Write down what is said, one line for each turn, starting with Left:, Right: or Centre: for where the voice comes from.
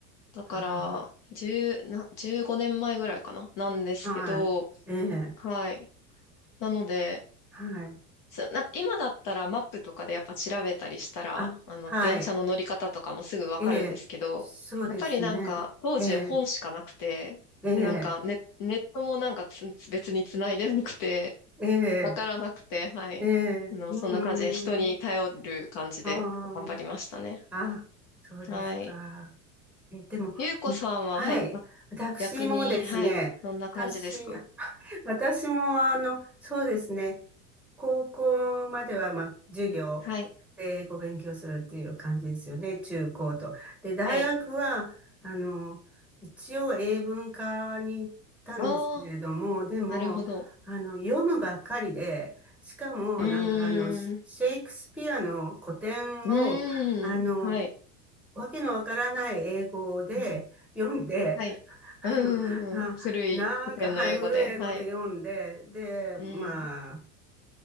Left: だから、
Centre: は
Left: 1な、15年前ぐらいかななんですけど、
Centre: あ、はい、ええ、
Left: はい。なので、
Centre: はい、
Left: そな今だったらマップとかでやっぱ調べたりしたら、
Centre: あ、
Left: あの、
Centre: はい、
Left: 電車の乗り方とかもすぐわかるんですけど、
Centre: ええ、そうですね、
Left: やっぱりなんか、当時本しかなくて、
Centre: ええ、ええ、
Left: で、なんかネ、ネットもなんかつ別に繋いでなくて、
Centre: ええ、
Left: わからなくて、はい。
Centre: ええ、
Left: あの、
Centre: うー
Left: そんな感じで人に頼る感じで頑張りましたね。
Centre: ん、ああ、あ、そうですか。
Left: はい。
Centre: え、でも、
Left: ゆうこさんは、
Centre: はい。
Left: はい。ま
Centre: 私もですね、
Left: 逆に、はい。どんな感じですか
Centre: 私、<laughs> 私も、あの、そうですね、高校までは、まあ、授業でご勉強するっていう感じですよね、
Left: はい、
Centre: 中高と。で、大学は、
Left: はい。
Centre: あの、一応英文科に行ったんですけれども、
Left: ああ、
Centre: でも、
Left: なるほど。
Centre: あの、読むばっかりで、しかも、
Left: うーん、
Centre: なんか、あの、シェイクスピアの古典を、
Left: うーん、
Centre: あの、
Left: はい。
Centre: わけのわからない英語で読んで、
Left: うんはい。うーん、
Centre: あの、あ、
Left: 古い古典の英語で。
Centre: なんか、はい、古い英語で読んで、
Left: はい。
Centre: で、
Left: うーん、
Centre: まあ、